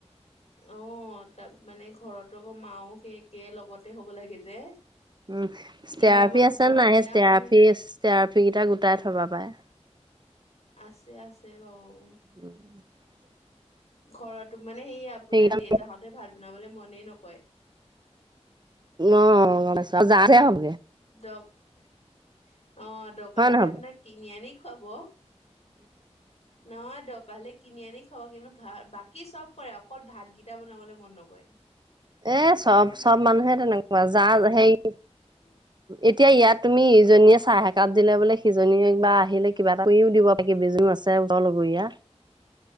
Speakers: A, on the left; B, on the right.
A: অ', তাত মানে ঘৰত আকৌ মাও সেই একে লগতে হ'ব লাগে যে।
B: উম, ষ্টেৰাফি
A: এনে আমাৰ
B: আছে
A: ঘৰত
B: নাই
A: মানে
B: সেই ষ্টেৰাফি-ষ্টেৰাফি
A: আপোনাৰ
B: কেইটা গোটাই থবা পাই।
A: আছে আছে বাৰু।
B: উম <inaudible>
A: ঘৰতো মানে সেই আপোনাৰ
B: সেইকেইটা
A: দেউতাহতে ভাত বনাবলৈ মনে নকৰে।
B: অ', যাে <unintelligible> হ'ব।
A: অ', দৰকাৰ
B: হয়
A: হ'লে
B: নহয়
A: আপোনাক
B: বাৰু?
A: কিনি আনি খুৱাব উম <inaudible> নহয় দৰকাৰ হ'লে কিনি আনি খাব কিন্তু বাকী চব কৰে অকল ভাতকেইটা বনাবলৈ মন নকৰে। উ <inaudible>
B: এ চব চব মানুহে তেনেকুৱা যাৰ হেৰি
A: উম।
B: এতিয়া ইয়াত তুমি ইজনীয়ে চাহ এক একাপ দিলে বোলে- সিজনীয়ে বা আহিলে কিবা এটা কৰিও দিব বাকি কিজনীও আছে উওতৰ <unintelligible> লগৰীয়া।